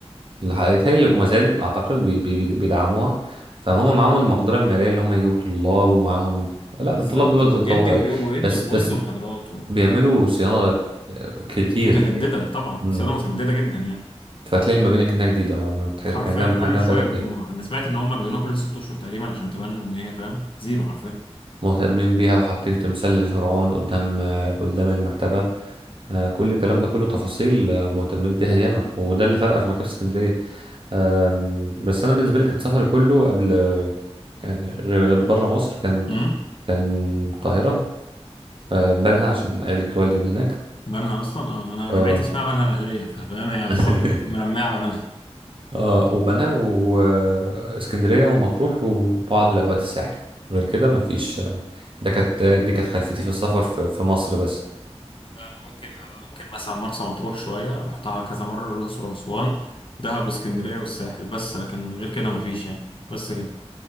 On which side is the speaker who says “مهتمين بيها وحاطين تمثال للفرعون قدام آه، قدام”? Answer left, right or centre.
Right